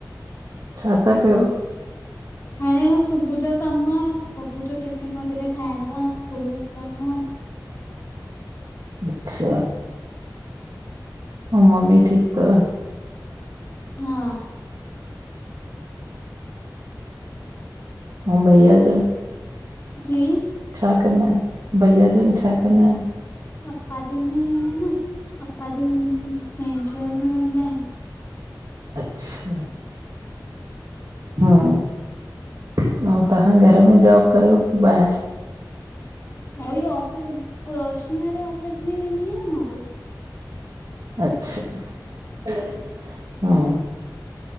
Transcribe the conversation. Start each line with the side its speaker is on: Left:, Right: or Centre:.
Right: छा ता कयो
Left: हाणें हो सुभुअ ॼा कमु बबू ॼो टिफ़िन वग़ैरह ठाहिणो आ स्कूल मोकलणों आ
Right: अच्छा ऐं मम्मी ठीक अथव
Left: हा
Right: अंऊ भईया जन
Left: ॼी
Right: छा कंदा आहिन भइया जन छा कंदा आहिन
Left: पप्पा जी में ई आहिन न पप्पा जे मेंस वियर में वेंदा आहिन
Right: अच्छा हा अऊं तव्हां घर में जॉब कयो कि ॿाहेर
Left: उहोई ऑफिस रोशनी वारे ऑफिस में ई वेंदी आहियां न मां ॿि
Right: अच्छा हा